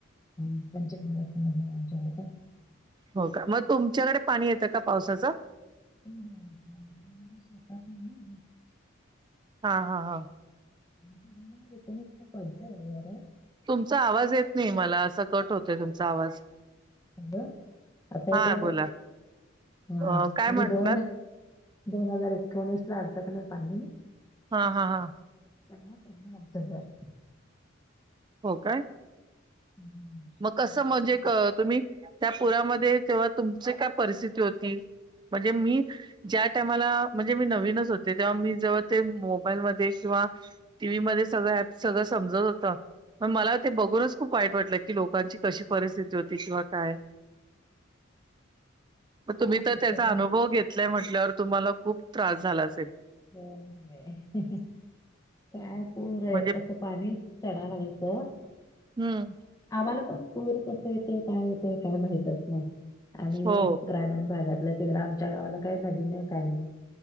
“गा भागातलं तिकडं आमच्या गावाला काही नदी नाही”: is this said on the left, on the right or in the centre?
Left